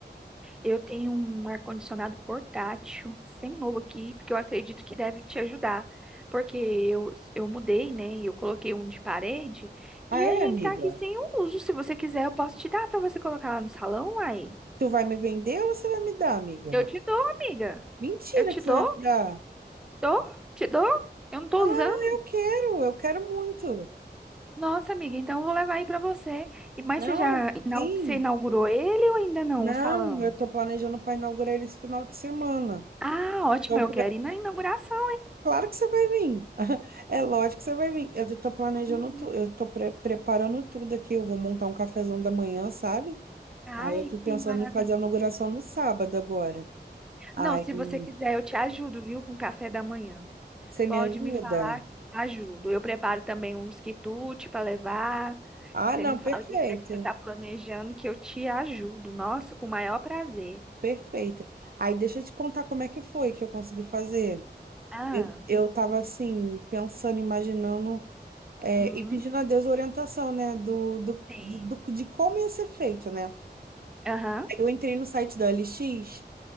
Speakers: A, in the centre; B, on the right.
A: Eu tenho um ar-condicionado portátil, sem novo aqui, porque eu acredito que deve te ajudar. Porque eu, eu mudei, né? Eu coloquei um de parede,
B: Ah,
A: e aí
B: é, amiga?
A: ele tá aqui sem uso. Se você quiser, eu posso te dar pra você colocar lá no salão, aí.
B: Tu vai me vender ou você vai me dar, amiga?
A: Eu te dou, amiga.
B: Mentira
A: Eu te
B: que você
A: dou,
B: vai me dar.
A: dou, te dou. Eu não tô
B: Ah,
A: usando.
B: eu quero, eu quero muito.
A: Nossa, amiga, então eu vou levar aí pra você. E- Mas
B: Não,
A: você já inau-
B: sim.
A: você inaugurou ele ou ainda não,
B: Não,
A: o salão?
B: eu tô planejando para inaugurar ele esse final de semana.
A: Ah, ótimo,
B: Então,
A: eu quero ir na inauguração.
B: Claro que você vai vir. <laughs> É lógico que você vai vir. Eu tô planejando
A: Uhum.
B: tudo, eu tô pre- preparando tudo aqui. Eu vou montar um cafezão da manhã, sabe?
A: Ai,
B: Aí eu tô pensando
A: que maravilhoso.
B: em fazer a inauguração no sábado agora. Aí
A: Não, se você quiser, eu te ajudo, viu, com o café da manhã.
B: você
A: Pode
B: me ajuda?
A: me falar, ajudo. Eu preparo também uns quitutes para levar.
B: Ah,
A: Você
B: não,
A: me
B: perfeita,
A: fala o que é que você está planejando, que eu te ajudo. Nossa, com o maior prazer.
B: perfeita. Aí deixa eu te contar como é que foi que eu consegui fazer.
A: Ah,
B: Eu, eu tava assim, pensando, imaginando, é,
A: hum,
B: e pedindo a Deus orientação, né? Do, do,
A: sim.
B: de, do- de como ia ser feito, né?
A: Aham,
B: Eu entrei no site da OLX.